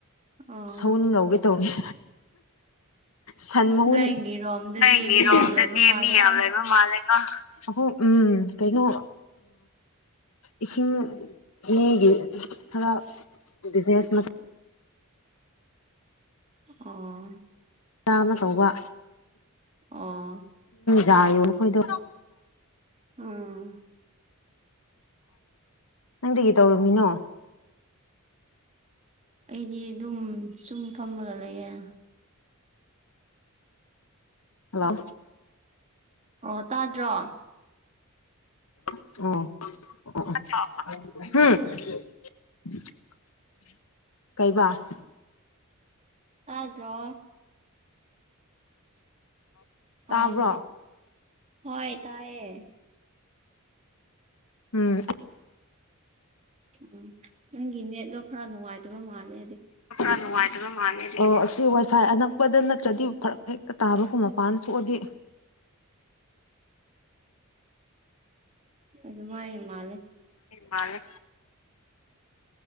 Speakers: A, on the right; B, on the left.
A: ꯑꯣ
B: ꯁꯧꯟ ꯂꯧꯒꯦ ꯇꯧꯅꯤ ꯁꯟ ꯃꯨꯟ
A: ꯅꯣꯏꯒꯤꯔꯣꯝꯗꯗꯤ
B: ꯅꯪꯒꯤꯔꯣꯝꯗꯗꯤ
A: ꯃꯤ ꯌꯥꯝ ꯂꯩꯕ ꯃꯥꯜꯂꯦꯀꯣ
B: ꯃꯤ ꯌꯥꯝ ꯂꯩꯕ ꯃꯥꯜꯂꯦ ꯑꯩꯈꯣꯏ ꯎꯝ ꯀꯩꯅꯣ ꯏꯁꯤꯡ ꯂꯩ ꯒꯤ ꯈꯔ ꯕꯤꯖꯤꯅꯦꯁ ꯃ
A: ꯑ
B: ꯆꯥꯅ ꯇꯧꯕ
A: ꯑꯥ
B: ꯌꯥꯣꯟꯈꯣꯏꯗ
A: ꯑꯥ
B: ꯅꯪꯗꯒꯤ ꯇꯧꯔꯨꯝꯃꯤꯅꯣ
A: ꯑꯩꯗꯤ ꯑꯗꯨꯝ ꯁꯨꯝ ꯐꯝꯃꯒ ꯂꯩꯌꯦꯦ
B: ꯑꯂ
A: ꯑꯣ ꯇꯥꯗ꯭ꯔꯣ
B: ꯑꯣ ꯎꯝ ꯀꯩꯕ
A: ꯑ꯭ꯔꯣ ꯑꯣ
B: ꯇꯥꯕ꯭ꯔꯣ
A: ꯍꯜꯂꯣ ꯍꯣꯏ ꯇꯥꯏꯌꯦ
B: ꯎꯝ
A: ꯎꯝ ꯅꯪꯒꯤ ꯅꯦꯠꯗꯣ ꯈꯔ ꯅꯨꯡꯉꯥꯏꯇꯕ ꯃꯥꯜꯂ
B: ꯑꯦꯣ ꯀ ꯅꯨꯡꯉꯥꯏ ꯑꯣ ꯑꯁꯤ ꯋꯥꯏꯐꯥꯏ ꯑꯅꯛꯄꯗ ꯅꯠꯇ꯭ꯔꯗꯤ ꯐꯔꯛ ꯍꯦꯛꯇ ꯇꯥꯕꯒꯨꯝ ꯃꯄꯥꯟꯅ ꯊꯣꯛꯑꯗꯤ ꯍ
A: ꯑꯗꯨ ꯃꯥꯏ ꯃꯥꯂꯦ
B: ꯃꯥꯅꯦ